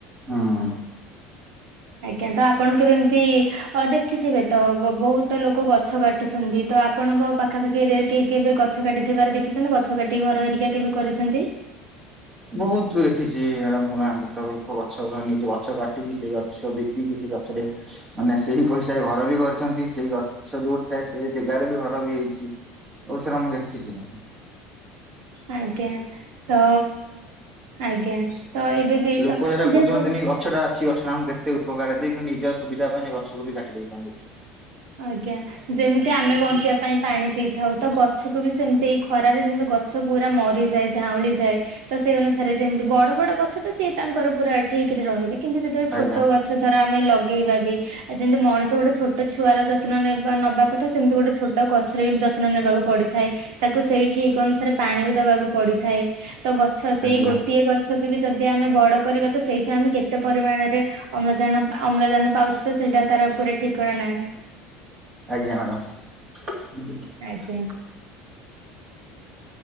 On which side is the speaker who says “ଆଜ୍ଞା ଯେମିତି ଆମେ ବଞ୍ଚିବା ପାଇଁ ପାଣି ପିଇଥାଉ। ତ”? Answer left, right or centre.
Right